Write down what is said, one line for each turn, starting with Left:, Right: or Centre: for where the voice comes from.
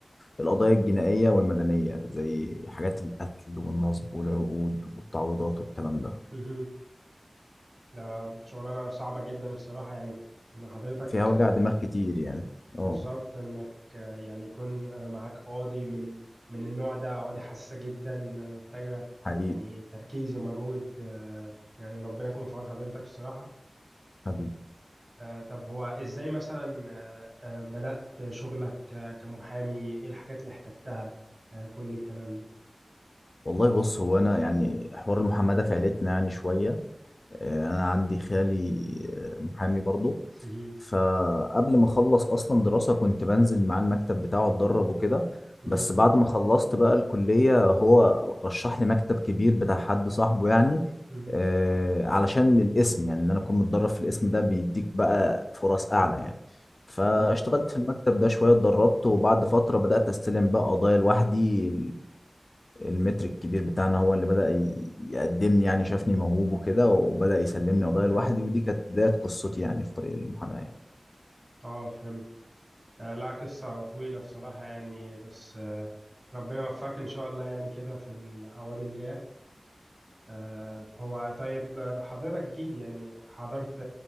Left: القضايا الجنائية والمدنية زي حاجات القتل والنصب والعقود والتعويضات والكلام ده
Right: مهم. ده شغلانة صعبة جدا الصراحة يعني إن حضرتك
Left: فيها وجع دماغ كتير يعني اه
Right: بالظبط انك آه، يعني يكون آه، معاك قاضي من من النوع ده قواضي حساسة جدا آه، محتاجة
Left: حقيقي
Right: يعني تركيز ومجهود آه، يعني ربنا يكون في عون حضرتك الصراحة
Left: حبيبي
Right: آه، طب هو ازاي مثلا آه، آه، بدأت شغلك آه، كمحامي ايه الحاجات اللي احتجتها آه، كل الكلام ده
Left: والله بص هو أنا يعني حوار المحاماة ده في عيلتنا يعني شوية آه، انا عندي خالي آه، محامي برضه
Right: مهم.
Left: فقبل ما اخلص اصلا دراسة كنت بنزل معاه المكتب بتاعه اتدرب وكده
Right: مهم.
Left: بس بعد ما خلصت بقى الكلية هو رشح لي مكتب كبير بتاع حد صاحبه يعني
Right: مهم.
Left: آه، علشان الاسم يعني ان انا اكون متدرب في الاسم ده بيديك بقى فرص اعلى يعني فاشتغلت
Right: تمام
Left: في المكتب ده شوية اتدربت وبعد فترة بدأت استلم بقى قضايا لوحدي المتر الكبير بتاعنا هو اللي بدأ ي- يقدمني يعني شافني موهوب وكده وبدأ يسلمني
Right: تمام
Left: قضايا لوحدي ودي كانت بداية قصتي يعني في طريق المحاماة يعني.
Right: اه فهمت آه، لا قصة طويلة بصراحة يعني بس آه، ربنا يوفقك ان شاء الله يعني كده في القواضي اللي جاية آه، هو طيب آه، حضرتك أكيد يعني حضرت